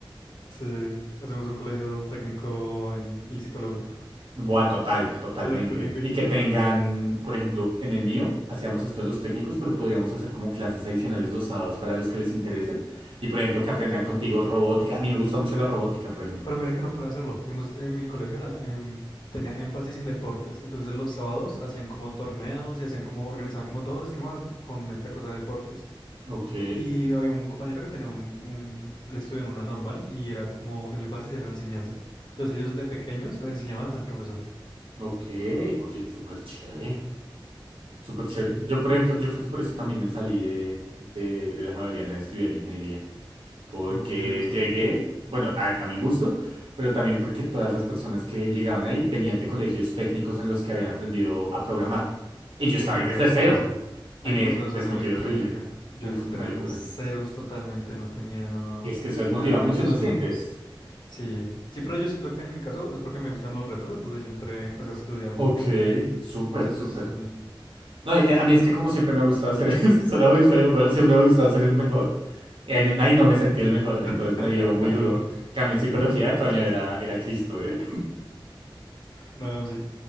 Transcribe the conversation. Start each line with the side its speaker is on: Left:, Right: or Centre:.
Left: Sí. Hacemos un colegio técnico en... y psicólogo.
Right: Buah, total,
Left: <laughs>
Right: totalmente.
Left: Electrónico y
Right: Y
Left: psicólogo,
Right: que tengan,
Left: digo.
Right: por ejemplo, en el mío, hacíamos esto de los técnicos, pero podríamos hacer como clases adicionales los sábados para los que les interese. Y, por ejemplo,
Left: Mm,
Right: que aprendan
Left: eso es
Right: contigo
Left: bueno.
Right: robótica. A mí me gusta mucho la robótica, por ejemplo.
Left: Pero mira que no puede hacerlo. Digamos, en mi colegio era, em, tenía énfasis en deportes. Entonces los sábados hacían como torneos y hacían como, organizaban como todo el esquema con esta cosa de deportes.
Right: Ok,
Left: Y había un compañero que tenía un, un, él estudió en una normal y era como, el énfasis era la enseñanza. Entonces ellos desde pequeños les enseñaban a ser profesores.
Right: ok. Oye, súper chévere. Súper chévere.
Left: Sí,
Right: Yo, por ejemplo, yo creo que por eso también me salí de, de, de la Javeriana de estudiar ingeniería. Porque
Left: ¿no, no te gustó?
Right: llegué, bueno, a ver, también gusto, pero también porque todas las personas que llegaban ahí venían de colegios técnicos en los que habían aprendido a programar. Y yo estaba
Left: Uy, a mí
Right: ahí
Left: me
Right: desde
Left: pasó
Right: cero.
Left: eso. A
Right: Y
Left: mí
Right: me
Left: me pasó eso
Right: desmotivé
Left: en electrónica.
Right: horrible.
Left: Yo
Right: Uf,
Left: entré
Right: una locura.
Left: en ceros totalmente, no tenía
Right: Y es
Left: nada
Right: que eso desmotiva mucho,
Left: de nociones.
Right: ¿no sientes?
Left: Sí, sí, pero yo siento que en mi caso es porque me gustan los retos, entonces yo entré, empecé a estudiar
Right: Ok,
Left: mucho.
Right: súper,
Left: Entonces,
Right: súper.
Left: sí.
Right: No, eh, a mí es que como siempre me ha gustado ser, <laughs> es que suena muy feo, pero siempre me ha gustado ser el mejor. Y ahí, me- ahí no me sentí el mejor,
Left: <laughs>
Right: entonces me dio muy duro. Cambio en psicología,
Left: <laughs>
Right: coño, era, era Cristo, ¿eh?
Left: No, sí.